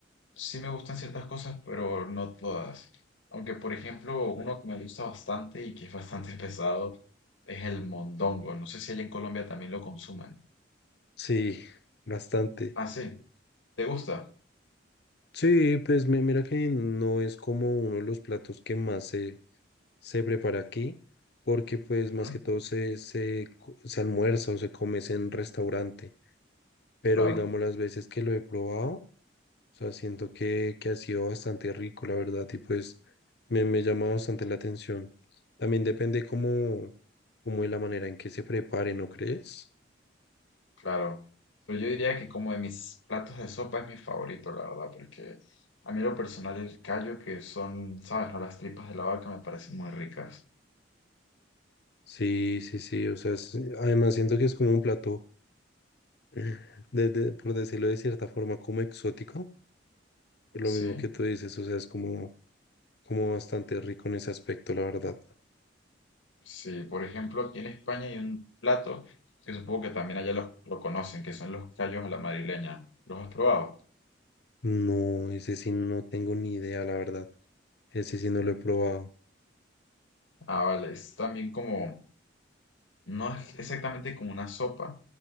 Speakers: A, on the left; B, on the left.
A: sí me gustan ciertas cosas, pero no todas. Aunque, por ejemplo, uno que me gusta bastante y que es bastante <laughs> pesado es el mondongo. No sé si allá en Colombia también lo consuman.
B: Sí, bastante.
A: Ah, sí, ¿te gusta?
B: Sí, pues mi- mira que no es como uno de los platos que más se, se prepara aquí, porque pues
A: Ujú,
B: más que todo se, se, co- se almuerza o se come es en restaurante, pero
A: Claro,
B: digamos las veces que lo he probado, o sea, siento que, que ha sido bastante rico, la verdad, y pues me, me llama bastante la atención. También depende como, como de la manera en que se prepare, ¿no crees?
A: claro. Pero yo diría que como de mis platos de sopa es mi favorito, la verdad, porque a mí en lo personal el callo, que son, ¿sabes? no? Las tripas de la vaca me parecen muy ricas.
B: Sí, sí, sí, o sea, es- además siento que es como un plato, <laughs> de- de- por decirlo de cierta forma, como exótico Lo
A: Sí.
B: mismo que tú dices, o sea, es como, como bastante rico en ese aspecto, la verdad.
A: Sí, por ejemplo, aquí en España hay un plato que supongo que también allá lo, lo conocen, que son los callos a la madrileña. ¿Los has probado?
B: No, ese sí no tengo ni idea, la verdad. Ese sí no lo he probado.
A: Ah, vale, es también como, no es exactamente como una sopa,